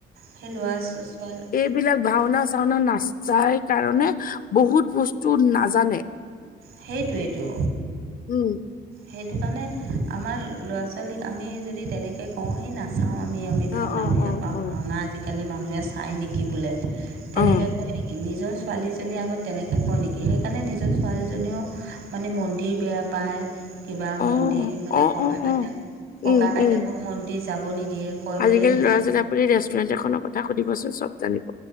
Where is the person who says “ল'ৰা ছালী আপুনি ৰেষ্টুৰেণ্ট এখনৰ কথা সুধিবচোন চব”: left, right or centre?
Left